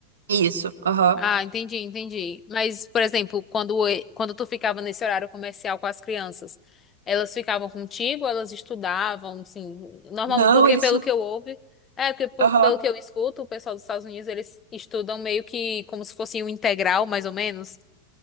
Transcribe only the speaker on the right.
Isso, aham.
Não,
eles
tinham.
Aham.